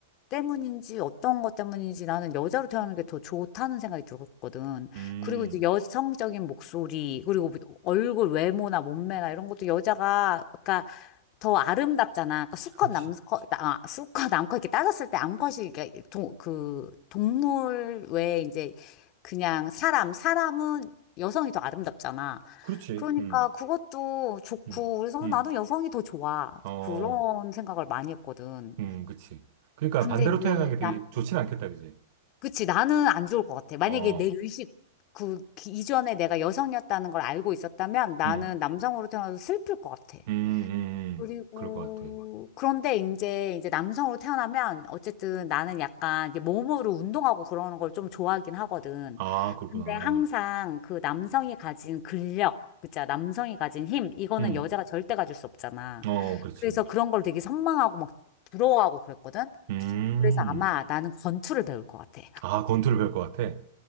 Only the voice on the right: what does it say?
음,
그렇지.
그- 그렇지.
음,
음,
음.
어,
음, 그치. 그러니까
반대로
태어난 게 되게
좋진 않겠다, 그지?
어,
음,
음, 음,
음. 그럴 것 같아.
아, 그렇구나.
음,
어, 그렇지.
음,
아, 권투를 배울 것 같아.